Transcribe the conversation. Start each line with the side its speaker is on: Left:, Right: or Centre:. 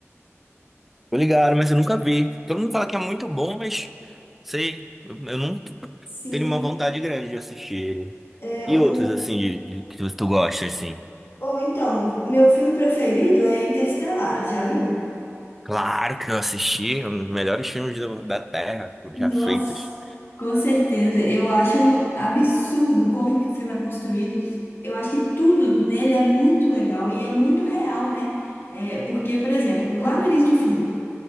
Centre: Tô ligado, mas eu nunca vi. Todo mundo fala que é muito bom, mas sei, eu, eu não
Left: Sim,
Centre: tenho uma vontade grande de assistir ele.
Left: é
Centre: E
Left: um.
Centre: outros, assim, de, de- que tu gosta, assim?
Left: Ou então, meu filme preferido é Interestelar, já viu?
Centre: Claro que eu assisti, é um dos melhores filmes do- da Terra,
Left: Nossa,
Centre: já feitos.
Left: com certeza. Eu acho absurdo como que o filme é construído. Eu acho que tudo nele é muito legal e é muito real, né? É, porque, por exemplo, lá no início do filme,